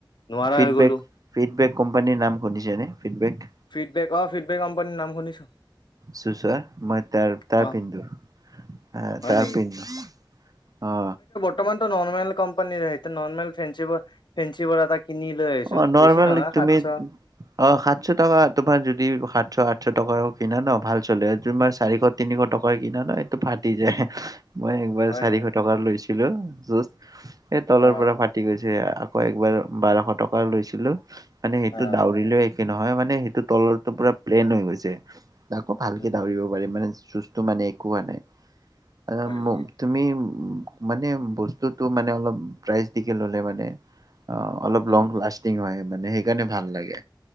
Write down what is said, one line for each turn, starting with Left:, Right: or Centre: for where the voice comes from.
Left: নোৱাৰা
Right: ফিডবেক
Left: হৈ গলো।
Right: ফিডবেক কোম্পানীৰ নাম শুনিছেনে, ফিডবেক?
Left: ফিডবেক অ ফিডবেক কম্পানীৰ নাম শুনিছো।
Right: চুচ চোৱা, মই তাৰ তাৰ
Left: অ
Right: পিন্ধো আ
Left: হয়
Right: তাৰ
Left: নেকি
Right: পিন্ধো অ।
Left: তমানটো নৰ্মেল কম্পানীৰে সেইটো নৰ্মেল ফেঞ্চি ব ফেঞ্চি <unintelligible> কিনি লৈ আহিছো
Right: অ নৰ্মেল
Left: বেছি নহয়,
Right: তুমি
Left: সাতশ।
Right: অ সাতশ টকা তোমাৰ যদি সাতশ, আঠশ টকাৰো কিনা ন ভাল চলে দু মাহছ চাৰিশ, তিনিশ টকাৰ কিনা নাই এইটো ফাটি যায়। মই একবাৰ
Left: হয়
Right: চাৰিশ
Left: নেকি
Right: টকা লৈছিলো যোচ, এই তলৰ
Left: অ
Right: পৰা ফা ফাতি গৈছে, আকৌ একবাৰ বাৰশ টকা লৈছিলো মানে সেইটো
Left: অ
Right: দৌৰিলো - নহয় মানে সেইটো তলৰটো পুৰা প্লেন হৈ গৈছে, তাকো ভালকে
Left: উম
Right: দৌৰিব পাৰি মানে যোছ- তো মানে একো হোৱা নাই। আচ্ছা',
Left: হয় নেকি
Right: তুমি- মানে বস্তুটো মানে অলপ প্ৰাইচ দি কিনি ল'লে মানে অলপ
Left: উম
Right: লং- লাষ্টিং হয়, মানে সেইকাৰণে ভাল লাগে।